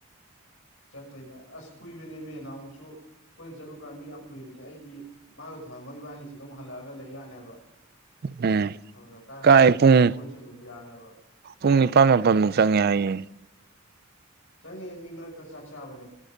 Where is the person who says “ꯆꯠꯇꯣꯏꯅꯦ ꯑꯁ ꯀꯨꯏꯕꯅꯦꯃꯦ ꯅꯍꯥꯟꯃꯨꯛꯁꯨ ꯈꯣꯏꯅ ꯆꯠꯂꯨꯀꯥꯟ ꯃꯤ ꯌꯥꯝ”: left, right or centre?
Left